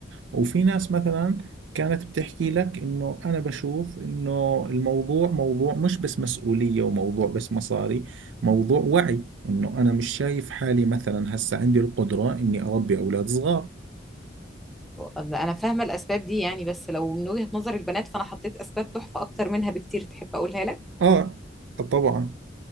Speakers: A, on the right; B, in the centre.
A: وفي ناس مثلا كانت بتحكي لك انه انا بشوف انه الموضوع موضوع مش بس مسؤولية وموضوع بس مصاري موضوع وعي انه انا مش شايف حالي مثلا هسه عندي القدرة اني اربي اولاد صغار
B: انا فاهمه الاسباب دي يعني بس لو من وجهه نظر البنات فانا حطيت اسباب تحفه اكتر منها بكتير تحب اقولها لك
A: اه طبعا